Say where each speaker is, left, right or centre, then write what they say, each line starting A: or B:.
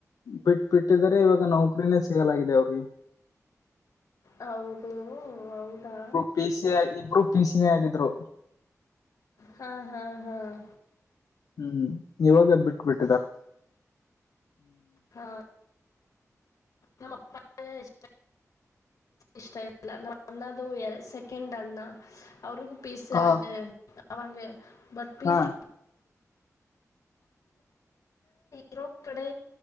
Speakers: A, on the left (about 85°); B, on the left (about 70°).
A: ಬಿಟ್ ಬಿಿಟ್ಟಿದಿದ್ದಾರೆ ಇವಾಗ ನೌಕ್ರಿನೇ ಸಿಗಲಾಗಿದೆ ಅವಿಗೆ
B: ಹೌದು ಓ ಹೌದಾ
A: ಪಿ ಸಿ ಇಬ್ರು ಪಿ ಸಿನೇ ಆಗಿದ್ರು
B: ಹಾ ಹಾ ಹಾ ಹ
A: ಹ್ಮ್ ಇವಾಗ ಬಿಟ್ಟ ಬಿಿಟ್ಟಿದಾರ
B: ಹಾ ನಮಸ್ ಇಷ್ಟ ಇಲ್ಲ ನಮ್ಮ ಅಣ್ಣದು ಎ ಸೆಕೆಂಡ್ ಅಣ್ಣ ಅವರುಗ ಪೀಸ
A: ಹ
B: ಆಗ ಅವಂಗ ಬಟ್ ಪೀಸ್
A: ಹಾ
B: ಇರೋ ಕಡೆ